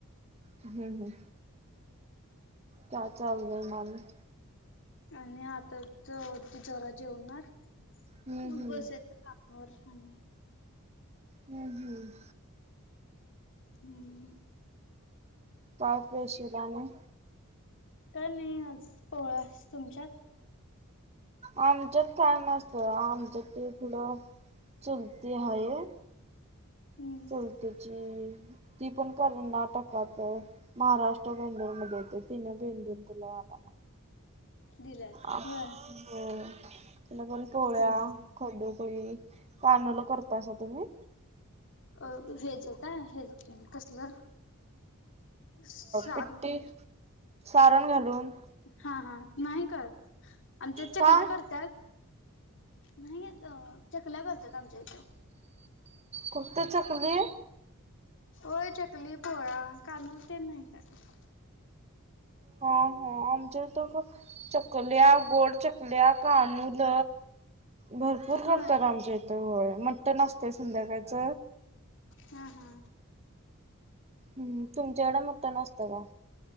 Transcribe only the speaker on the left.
आणि आता त ती जरा जेवणार.
मग
बसायच, कामावर छान.
हम्म.
काय नाई आज पोळ्या, तुमच्यात
हम्म
दिल्यात
होय
हा हा
अ हेज काय हेज कसलं साबनु
हा हा नाही करत. आमच्या चकल्या
करतात. नाहीत. चकल्या करतात आमच्या इथं
होय. चकली, पोळ्या कानोले ते नाही करत.
होय.
हा हा